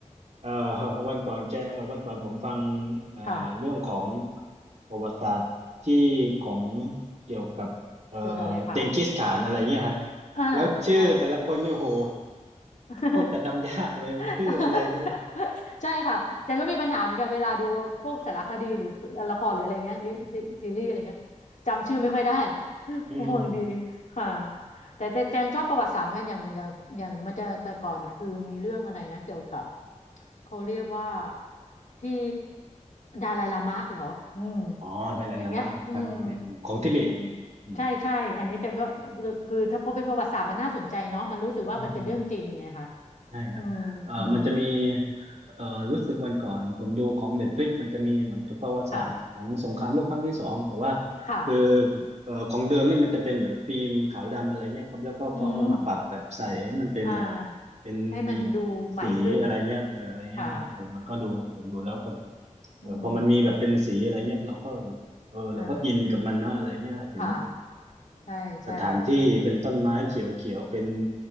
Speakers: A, on the right; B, on the left.
A: เอ่อวันก่อนแกเอ่อวันก่อนผมฟังเอ่อเรื่องของ
B: ค่ะ
A: ประวัติศาสตร์ที่ของเกี่ยวกับเอ่อ
B: เกี่ยวกับอะไรคะ
A: เจงกิสข่านอะไรเงี้ยครับ
B: อ่า
A: แล้วชื่อแต่ละคนเนี่ยโห
B: อ่า <laughs>
A: โคตรจะจำยากเลยชื่ออะไรก็
B: <laughs> ใช่ค่ะแจนก็มีปัญหาเหมือนกันเวลาดูพวกสารคดีหรือละครหรืออะไรเงี้ยนี่ซีซีรีส์อะไรเงี้ยจำชื่อไม่ค่อยได้
A: อืม
B: <laughs> ห่วงดีค่ะแต่แต่แจงชอบประวัติศาสตร์เหมือนกันอย่างอย่างอย่างมันจะแต่ก่อนคือมีเรื่องอะไรนะเกี่ยวกับเขาเรียกว่าที่ดาไลลามะเหรออืม
A: อ๋อไดไลลามะครับอืมของทิเบต
B: อย่างเงี้ยอืมอืม
A: อืม
B: ใช่ใช่อันนี้จังก็
A: อื
B: คือถ้าพอเป็นประวัติศาสตร์มันน่าสนใจเนาะมันรู้สึกว่ามันเป็นเรื่องจริงไงคะ
A: มอืม ใช่ครับเอ่อมันจะมี
B: อืมอืม
A: เอ่อรู้สึกวันก่อน ผมดูของ Netflix มันจะมีเหมือนกับประวัติศาสตร์ของสงครามโลกครั้งที่สองแต่ว่า
B: ค่ะค่ะ
A: คือเอ่อของเดิมเนี่ยมันจะเป็นแบบฟิล์มขาวดำอะไรเงี้ยครับแล้วก็เขาเอามาปรับแบบใสให้มันเป็นแบบ
B: อืมอ่า
A: เป็นมี
B: ให้มันดูใหม่ขึ้น
A: สีอะไรเงี้ยเอออะไรเงี้ยครับเออมันก็ดูเออดูแล้วก็แบบ
B: ค่ะ
A: เออพอมันมีแบบเป็นสีอะไรเงี้ยเราก็แบบเออเราก็อินกับมันนะอะไรเงี้ยเห็น
B: อืมอ่าค่ะ ใช่ใช่
A: สถานที่เป็นต้นไม้เขียวๆเป็น